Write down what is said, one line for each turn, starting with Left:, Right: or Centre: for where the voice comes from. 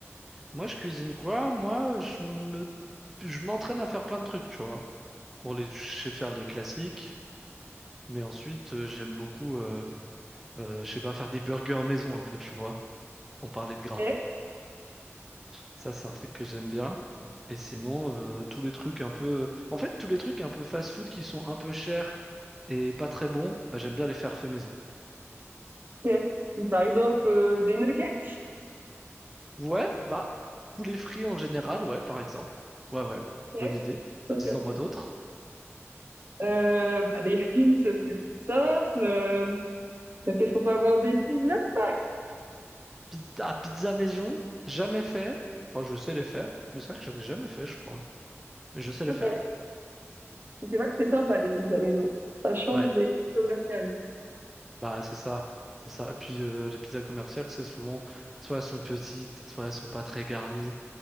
Centre: moi je cuisine quoi? Moi, je me, je m'entraîne à faire plein de trucs, tu vois. Bon, les, je sais faire les classiques, mais ensuite euh, j'aime beaucoup, euh, euh, je sais pas, faire des burgers maison un peu, tu vois. On parlait de gras.
Right: Ok,
Centre: Ça, c'est un truc que j'aime bien. Et sinon, euh, tous les trucs un peu, en fait, tous les trucs un peu fast-food qui sont un peu chers et pas très bons, bah, j'aime bien les faire fait maison.
Right: ok. Par exemple, euh, des nuggets?
Centre: Ouais, bah, poulet frit en général, ouais, par exemple. Ouais, ouais,
Right: Ok,
Centre: bonne idée.
Right: ok.
Centre: Disons-moi
Right: ok.
Centre: d'autres.
Right: Euh, bah, des frites, c'est plus simple. euh, qu'est-ce qu'on peut avoir? Des pizzas, par exemple.
Centre: Pizza, ah, pizza maison, jamais fait. Enfin, je sais les faire, mais c'est vrai que j'en ai jamais fait, je crois. Mais je sais les
Right: Ok.
Centre: faire.
Right: C'est vrai que c'est sympa, les pizzas maison. Ça change
Centre: Ouais,
Right: des commerciales.
Centre: bah, c'est ça, c'est ça. Et puis, euh, les pizzas commerciales, c'est souvent, soit elles sont petites, soit elles sont pas très garnies.